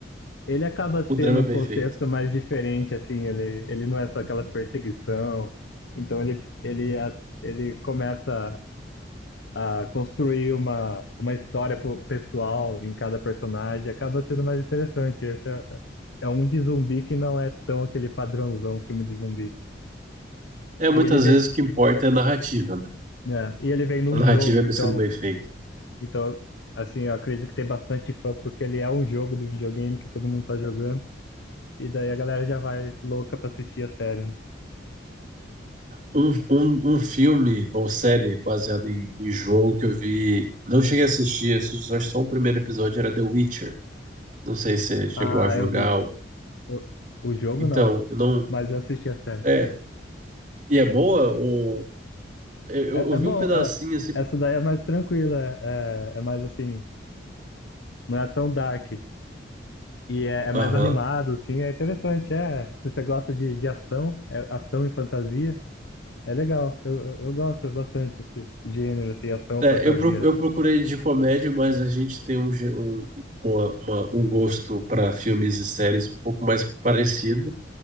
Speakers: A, on the left (about 80°); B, on the right (about 40°).
A: Ele acaba sendo
B: o drama é
A: um
B: bem
A: contexto
B: feito.
A: mais diferente, assim, ele, ele não é só aquela perseguição. Então ele, ele, a- ele começa a construir uma, uma história pro- pessoal em cada personagem, acaba sendo mais interessante. Esse é, é um de zumbi que não é tão aquele padrãozão filme de zumbi.
B: É, muitas
A: E ele veio,
B: vezes o que importa é a narrativa, né?
A: né, e ele veio num
B: A narrativa
A: jogo,
B: é
A: então,
B: sendo bem feita.
A: então, assim, eu acredito que tem bastante fã, porque ele é um jogo de videogame que todo mundo tá jogando, e daí a galera já vai louca pra assistir a série, né?
B: Um, um, um filme ou série baseado em, em jogo que eu vi. Não cheguei a assistir, assisti só só o primeiro episódio, era The Witcher. Não sei se você chegou
A: Ah,
B: a jogar.
A: eu vi.
B: ou-
A: Eu- o jogo
B: Então,
A: não,
B: eu não.
A: mas eu assisti a série.
B: É, E é boa? Ou... Eu, eu
A: É,
B: eu vi
A: é bom,
B: um pedacinho
A: é-
B: assim.
A: essa daí é mais tranquila, é, é é mais assim, não é tão dark. E é, é mais
B: Aham.
A: animado, assim, é interessante, é. Se você gosta de, de ação, é ação e fantasia, É legal, eu, eu, eu gosto bastante desse gênero, assim, ação,
B: É,
A: fantasia.
B: eu, pro- eu procurei de comédia, mas a gente tem um, gê- um, uma- uma- um gosto para filmes e séries um pouco mais parecido.